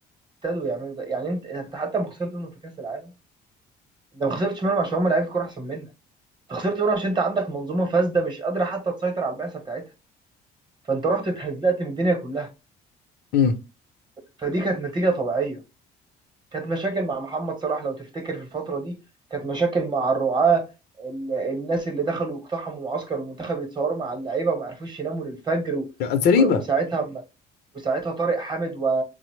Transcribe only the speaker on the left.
امم
لا، زريبه